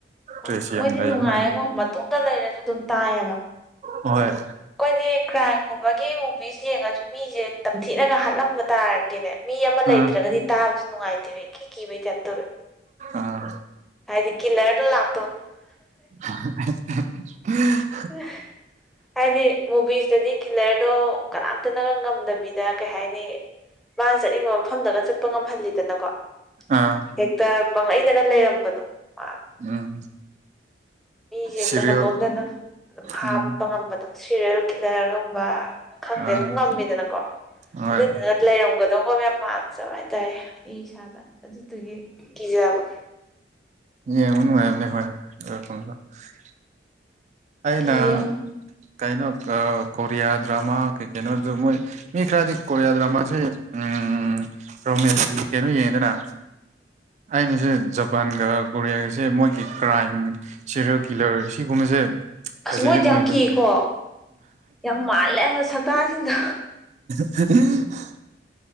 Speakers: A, in the centre; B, on the right.
A: ꯍꯣꯏ
B: ꯇ꯭ꯔꯦꯁꯤꯌꯥꯝ
A: ꯃꯣꯏꯗꯤ
B: ꯂꯩ
A: ꯅꯨꯡꯉꯥꯏꯉꯣ
B: ꯃꯥꯜ
A: ꯃꯇꯣꯝꯇ ꯂꯩꯔꯖꯨ ꯗꯨꯝ ꯇꯥꯏꯌꯦꯕ
B: ꯍꯣꯏ
A: ꯑꯩꯈꯣꯏꯗꯤ ꯀ꯭ꯔꯥꯏꯝꯒꯨꯝꯕꯒꯤ ꯃꯨꯚꯤꯁ ꯌꯦꯡꯉꯖꯨ ꯃꯤꯖꯦ ꯇꯝꯊꯤꯅꯒ ꯍꯥꯠꯂꯝꯕ ꯇꯥꯔꯗꯤꯅꯦ ꯃꯤ ꯑꯃ ꯂꯩꯇ꯭ꯔꯒꯗꯤ
B: ꯑꯥ
A: ꯇꯥꯕꯁꯨ ꯅꯨꯡꯉꯥꯏꯇꯦꯕ ꯀꯤ ꯀꯤꯕꯩ ꯇꯥꯏꯞ ꯇꯧꯋꯦꯕ
B: ꯑꯥ
A: ꯍꯥꯏꯗꯤ ꯀꯤꯂꯔꯗꯨ ꯂꯥꯛ
B: <unintelligible>
A: <unintelligible> ꯍꯥꯏꯗꯤ ꯃꯨꯕꯤꯁꯇꯗꯤ ꯀꯤꯂꯔꯗꯣ ꯀꯅꯥꯝꯇꯅ ꯉꯝꯗꯕꯤꯗ ꯀꯩ ꯍꯥꯏꯅꯤ ꯃꯥꯅ ꯆꯠꯅꯤꯡꯕ ꯃꯐꯝꯗꯒ ꯆꯠꯄ ꯉꯝꯍꯜꯂꯤꯗꯅꯀꯣ
B: ꯑꯥ
A: ꯍꯦꯛꯇ ꯄꯥꯡꯂꯩꯗꯒ ꯂꯩꯔꯝꯕꯗꯣ ꯃꯥ
B: ꯎꯝ
A: ꯃꯤꯁꯦ ꯍꯦꯛꯇ
B: ꯁꯤꯔꯤꯌꯦꯜ
A: ꯃꯇꯣꯝꯇꯅ ꯑꯗꯨꯝ ꯍꯥꯞꯄ
B: ꯎꯝ
A: ꯉꯝꯕꯗꯣ ꯁꯤꯔꯤꯌꯦꯜ ꯀꯤꯂꯔꯒꯨꯝꯕ ꯈꯪꯗꯦ
B: ꯑꯥ
A: ꯑꯗꯨꯝ ꯉꯝꯃꯤꯗꯅꯀꯣ
B: ꯍꯣꯏ
A: ꯑꯗꯨꯏꯗꯨꯅ ꯂꯩꯔꯝꯒꯗꯧꯕꯒ ꯌꯥꯝ ꯃꯥꯟꯗꯕ ꯍꯥꯏꯇꯥꯔꯦ ꯑꯩ ꯏꯁꯥꯗ ꯑꯗꯨꯗꯨꯒꯤ ꯀꯤꯖꯕ
B: ꯌꯦꯟꯉꯨ ꯅꯨꯡꯉꯥꯏꯕꯅꯤ ꯍꯣꯏ <unintelligible> ꯑꯩꯅ
A: ꯀꯤꯌꯦ
B: ꯀꯩꯅꯣ ꯑ ꯀꯣꯔꯤꯌꯥ ꯗ꯭ꯔꯃꯥ ꯀꯩ ꯀꯩꯅꯣꯗꯨ ꯃꯣꯏ ꯃꯤ ꯈꯔꯗꯤ ꯀꯣꯔꯤꯌꯥ ꯗ꯭ꯔꯥꯃꯁꯤ ꯎꯝ ꯔꯣꯃꯦꯁꯀꯤ ꯀꯩꯅꯣ ꯌꯦꯡꯢꯗꯅ ꯑꯩꯅꯁꯦ ꯖꯄꯥꯟꯒ ꯀꯣꯔꯤꯌꯥꯒꯁꯦ ꯃꯣꯏꯒꯤ ꯀ꯭ꯔꯥꯏꯝ ꯁꯤꯔꯦꯜ ꯀꯤꯂꯔ ꯁꯤꯒꯨꯝꯕꯁꯦ ꯐꯖꯩꯌꯦ
A: ꯑꯁ ꯃꯣꯏꯗꯤ
B: ꯃꯣꯏꯁꯦ
A: ꯌꯥꯝ ꯀꯤꯀꯣ ꯌꯥꯝ ꯃꯥꯜꯂꯦꯕ ꯁꯛꯇꯥꯁꯤꯡꯗꯣ
B: <unintelligible>